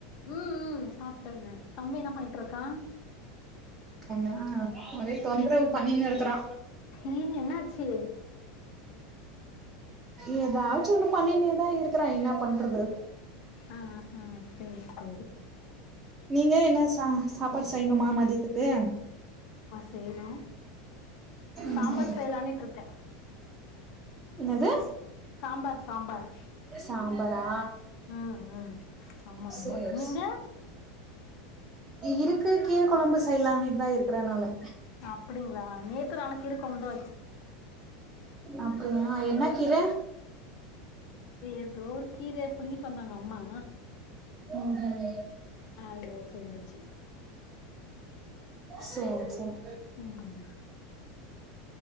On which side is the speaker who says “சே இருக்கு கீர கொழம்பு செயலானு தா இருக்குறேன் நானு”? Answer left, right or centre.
Right